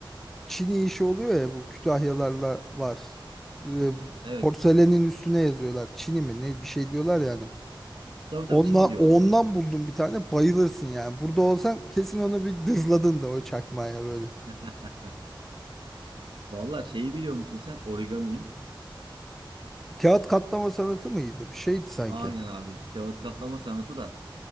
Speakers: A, in the centre; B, on the right.
A: Çini işi oluyor ya bu Kütahyalarla var. Ee,
B: evet.
A: Porselenin üstüne yazıyorlar. Çini mi ne bir şey diyorlar yani.
B: Tabii
A: Onla,
B: tabii Çin
A: ondan
B: diyorlar.
A: buldum bir tane bayılırsın yani. Burada olsan kesin onu bir dızladın da o çakmaya böyle.
B: <laughs> Valla şeyi biliyor musun sen origami'in?
A: Kağıt katlama sanatı mıydı? Bir şeydi sanki.
B: Aynen abi. Kağıt katlama sanatı da.